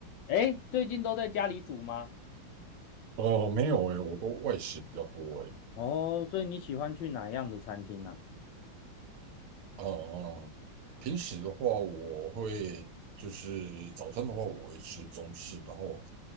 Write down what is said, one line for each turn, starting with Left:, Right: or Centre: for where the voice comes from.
Left: 哎，最近都在家里煮吗？
Right: 呃，没有诶，我都外食比较多诶。
Left: 哦，所以你喜欢去哪样的餐厅啊？
Right: 呃，平时的话，我会就是早餐的话，我会吃中式，然后